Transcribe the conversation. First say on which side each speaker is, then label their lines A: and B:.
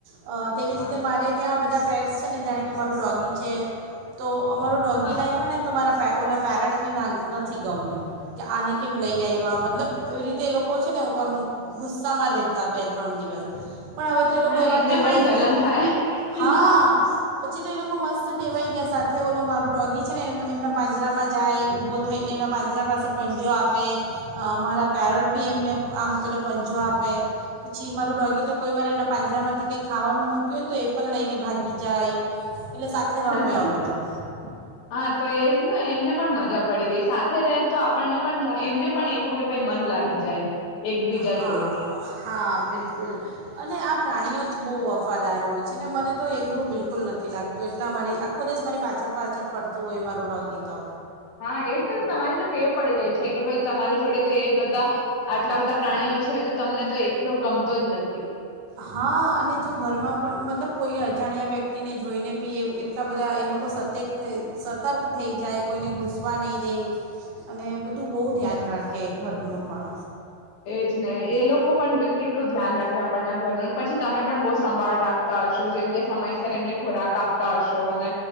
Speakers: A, on the right; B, on the left.
A: અ તેવી
B: હા
A: રીતે મારે ત્યાં બધા પેડ. <unintelligible> કે મારું ડોગી છે તો. અમારું ડોગી
B: હા
A: લાયવા ને તો મારા. પે ઓલા પેરેટને ના નથી ગમ્યો કે આને કેમ લઈ આયવા મતલબ. એવી રીતે એ લોકો છે ને આવું આમ ગુસ્સામાં રહેતા બે ત્રણ દિવસ. પણ હવે તો એ લોકો
B: હા
A: એવા
B: એમને
A: ટેવાય
B: પણ જલન
A: ગયા.
B: થાય
A: પછી તો એ લોકો મસ્ત ટેવાઈ ગ્યા સાથે ઓલો માર ડોગી છે ને એ એમના પાંજરામાં જાય ઊભો થઈને એના પાંજરા પાસે પંજો આપે અ મારા પેરોટ બી એમને આમ પેલો પંજો આપે પછી મારું ડોગી તો કોઈ વાર એના પાંજરામાંથી કંઈ ખાવાનું મૂક્યું હોય ને તો એ પણ લઈને ભાગી જાય. એટલે સાથે રમે
B: હા
A: હવે તો
B: તો એ એમને પણ મજા પડી ગઈ સાથે રહે તો આપણને પણ એમને પણ એવું કે ભઈ મન લાગી જાય. એકબીજા
A: હા,
B: જોડે
A: હા બિલકુલ. અને આ પ્રાણીઓ જ બહુ વફાદાર હોય છે ને મને તો એકલું બિલકુલ નથી લાગતું એટલા મારી આખો દિવસ મારી પાછળ પાછળ ફરતું હોય મારું ડોગી તો.
B: હા એજ ને તમારી તો ટેવ પડી ગઈ છે કે ભઈ તમારી જોડે તો એ બધા. આટલા બધા પ્રાણીઓ છે તો તમને તો એકલો ગમતો જ નથી.
A: હા અને જો ઘરમાં પણ મતલબ કોઈ અજાણ્યા વ્યક્તિને જોઈને બી એ એટલા બધા એ લોકો સતક થ સતર્ક થઈ જાય કોઈને ઘૂસવા નહીં દે. અને બધું બોવ ધ્યાન રાખે. ખે ઘરનું પણ.
B: એજને એલોકો પણ બી કેટલું ધ્યાન રાખે આપણના ઘરનુંને પછી તમે પણ બહુ સંભાળ રાખતા હશો જેમ કે સમયસર એમને ખોરાક આપ પતા હશો ને